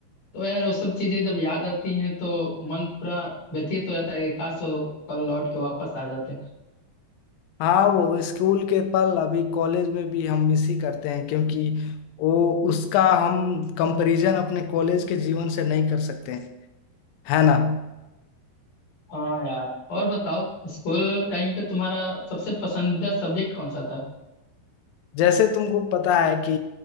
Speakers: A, on the left (about 65°); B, on the left (about 80°).
A: तो यार वो सब चीजें जब याद आती हैं तो मन पूरा व्यथित हो जाता है कि काश वो पल लौट के वापस आ जाते हैं
B: हाँ वो स्कूल के पल अभी कॉलेज में भी हम मिस ही करते हैं क्योंकि वो उसका हम कंपैरिजन अपने कॉलेज के जीवन से नहीं कर सकते हैं है ना
A: हाँ यार और बताओ स्कूल टाइम पे तुम्हारा सबसे पसंदीदा सब्जेक्ट कौन सा था
B: जैसे तुमको पता है कि